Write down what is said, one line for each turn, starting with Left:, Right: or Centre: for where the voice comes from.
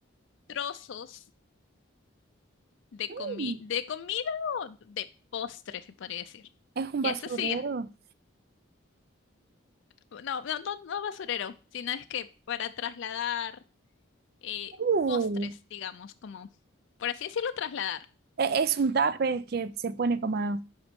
Left: trozos de
Right: Mm,
Left: comi- de comida o de postre, se podría decir.
Right: Es un
Left: Ya,
Right: basurero.
Left: eso sí, ya. No, no, no, no basurero, sino es que para trasladar eh,
Right: Uh,
Left: postres, digamos, como, por así decirlo, trasladar.
Right: e- es un tape que se pone como